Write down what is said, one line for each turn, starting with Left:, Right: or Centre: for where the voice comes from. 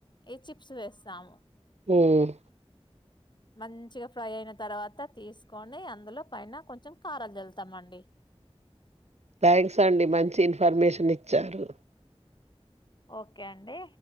Left: ఈ చిప్స్ వేస్ తాము
Right: ఉమ్మ్
Left: మంచిగా ఫ్రై అయిన తర్వాత తీసుకొని అందులో పైన కొంచెం కారాలు జల్లుతామండి
Right: థ్యాంక్స్ అండి మంచి ఇన్ఫర్మేషన్ ఇచ్చారు
Left: ఓకే అండి